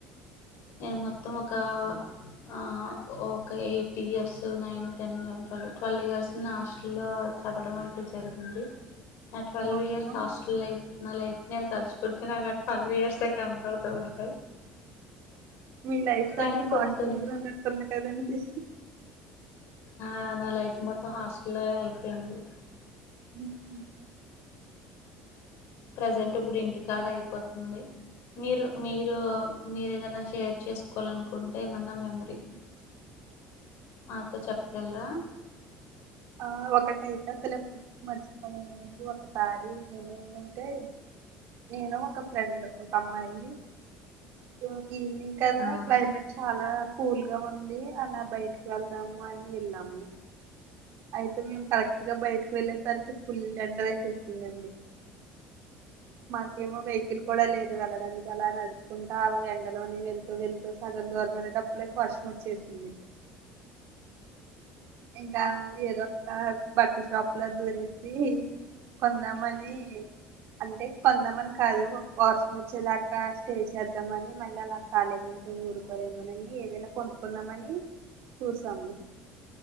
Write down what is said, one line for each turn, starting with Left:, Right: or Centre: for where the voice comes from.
Left: నేను మొత్తం ఒక ఆ ఓ ఒక eight years nine ten eleven twelve twelve years ని హాస్టల్ లో చదవడం అయి జరిగింది నా ట్వెల్వ్
Right: వామ్మో
Left: ఇయర్స్ హాస్టల్ లైఫ్ నా లైఫ్ నేను తలుచుకుంటే నాకా ట్వెల్వ్ ఇయర్సయే కనపడత ఉంటాయి.
Right: మీ లైఫ్ సగం
Left: కానీ కొన్ని
Right: హాస్టల్లోనే
Left: కొన్ని
Right: ఉన్నట్టుంది కదండి
Left: ఆ నా లైఫ్ మొత్తం హాస్టలే అయిపేంది
Right: ఊహు
Left: ప్రజెంట్ ఇప్పుడు ఇంటికాడ అయిపోతుంది. మీరు మీరూ మీరు ఏవైనా షేర్ చేసుకోలనుకుంటే ఏమైన్న మెమరీ మాతో చెప్పగలరా?
Right: ఆ ఒకటయితే అసలు ఎప్పటికీ మర్చి పోలేనండి ఒకసారి ఏమైందంటే నేను ఒక ఫ్రెండ్ అమ్మాయి జో ఈవినింగ్ కదా
Left: ఆ
Right: క్లైమెట్
Left: చె
Right: చాలా కూల్ గా ఉంది అలా బయటికి వెళ్దాము అని వెళ్ళాము అయితే మేమ్ కరెక్ట్ గా బయటకి వెళ్ళేసరికి ఫుల్ ఎండ వేసేసిన్దండి, మాకేమో వెహ్కిల్ కూడా లేదు వెళ్ళడానికి అలా నడుచుకుంటా ఎండలోనే వెళ్తూ వెళ్ సగం దూరం వేల్లెటప్పలికి వర్షం వచ్చేసింది. ఇంకా ఏదో ఒక బట్లా షాప్ ల దూరేసి కొందామని అంటే కొందామని కాదు వర్స్ వచ్చేదాకా స్టే చేద్దామని మళ్ళీ అలా కాలీగుంటే ఊరుకోరేమోనని ఏదైనా కొనుక్కుందామని చూసాము